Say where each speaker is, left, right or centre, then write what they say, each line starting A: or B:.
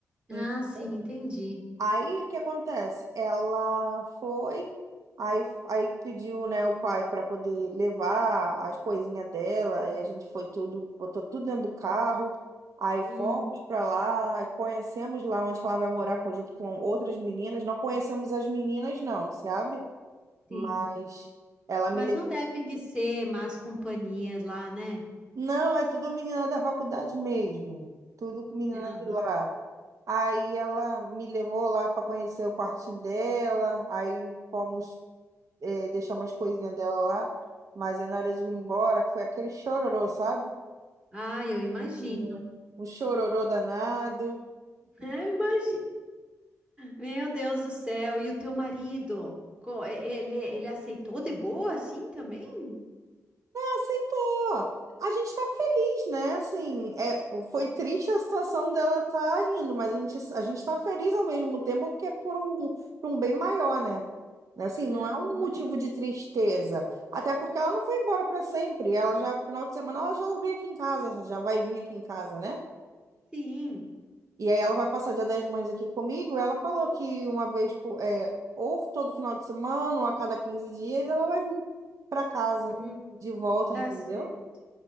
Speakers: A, on the right (about 65°); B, on the right (about 15°).
A: Então,
B: Ah, sim, entendi.
A: aí o que acontece? Ela foi, aí, aí pediu, né, o pai para poder levar as coisinhas dela, e a gente foi tudo, botou tudo dentro do carro. Aí
B: Hum,
A: fomos para lá, aí conhecemos lá onde que ela vai morar com- junto com outras meninas. Não conhecemos as meninas, não, sabe?
B: sim.
A: Mas ela
B: Mas
A: me levou.
B: não devem de ser más companhias lá, né?
A: Não, é tudo menina da faculdade mesmo. Tudo com menina
B: Aham.
A: de lá. Aí ela me levou lá para conhecer o quartinho dela. Aí fomos eh, deixar umas coisinhas dela lá. Mas aí na hora de ir embora, que foi aquele chororô, sabe?
B: Ah, eu imagino.
A: Menina, Um chororô danado.
B: <laughs> Eu imagino. Meu Deus do céu, e o teu marido? Co- e- Ele, ele aceitou de boa assim também?
A: aceitou. A gente tá feliz, né? Assim, é, foi triste a situação dela tá indo, mas a gente, a gente tá feliz ao mesmo tempo porque é por um, por um bem maior, né? Assim,
B: Aham.
A: não é um motivo de tristeza. Até porque ela não foi embora para sempre. Ela já, final de semana, ela já veio aqui em casa, já vai vir aqui em casa, né?
B: Sim.
A: E aí ela vai passar Dia das Mães aqui comigo. Ela falou que uma vez, por- é, ou todo final de semana, ou a cada 15 dias, ela vai vir para casa
B: Hum,
A: de volta,
B: tá
A: entendeu?
B: certo.